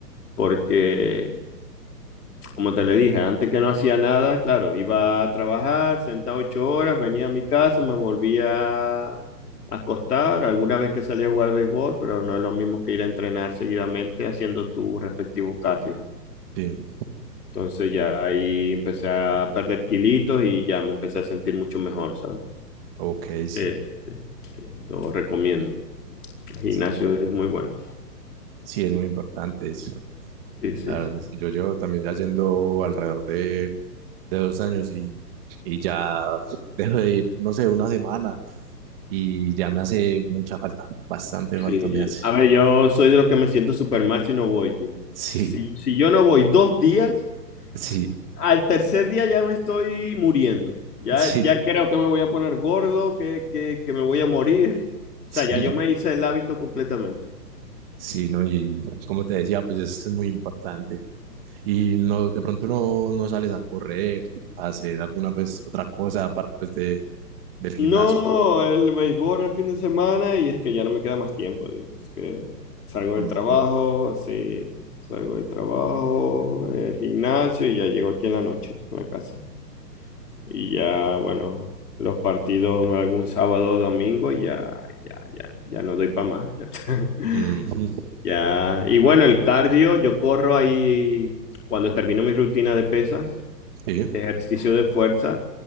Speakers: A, on the left; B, on the right.
A: Porque, como te le dije, antes que no hacía nada, claro, iba a trabajar, sentaba ocho horas, venía a mi casa, me volvía a acostar, alguna vez que salía a jugar béisbol, pero no es lo mismo que ir a entrenar seguidamente haciendo tu respectivo cardio.
B: sí,
A: Entonces ya ahí empecé a perder kilitos y ya me empecé a sentir mucho mejor, ¿sabes?
B: ok, sí,
A: Sí, sí, sí, lo recomiendo. El gimnasio
B: sí,
A: es muy bueno.
B: sí, es muy importante, es-
A: Sí, sí,
B: la verdad,
A: sí.
B: es- yo llevo también ya yendo alrededor de de dos años y, y ya <laughs> dejo de ir, no sé, una semana y ya me hace mucha falta, bastante falta
A: Sí.
B: me hace.
A: A
B: <laughs>
A: ver, yo soy de los que me siento súper mal si no voy, tío. Si,
B: Sí,
A: si yo no voy dos días,
B: sí,
A: al tercer día ya me estoy muriendo. Ya,
B: sí,
A: ya creo que me voy a poner gordo, que, que, que me voy a morir.
B: sí,
A: O sea, ya yo me hice el hábito completamente.
B: sí, no, y, y como te decía, pues es muy importante. Y no, de pronto no, no sales a correr, a hacer alguna pues otra cosa aparte pues de, del
A: No,
B: gimnasio.
A: el béisbol el fin de semana y es que ya no me queda más tiempo, tío. Es que salgo
B: Ujú,
A: del trabajo, sí, salgo del trabajo, el gimnasio y ya llego aquí en la noche, en la casa. Y ya, bueno, los partidos algún sábado o domingo, ya, ya, ya, ya no doy para más. <laughs>
B: ujú,
A: Ya, y bueno, el cardio, yo corro ahí cuando termino mi rutina de pesas,
B: sí,
A: de ejercicio de fuerza,